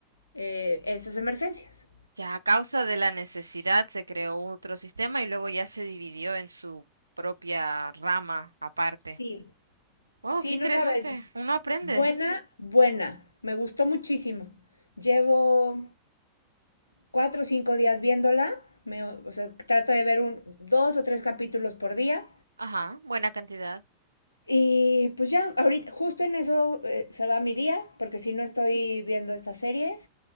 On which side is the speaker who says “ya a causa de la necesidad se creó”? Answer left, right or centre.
Right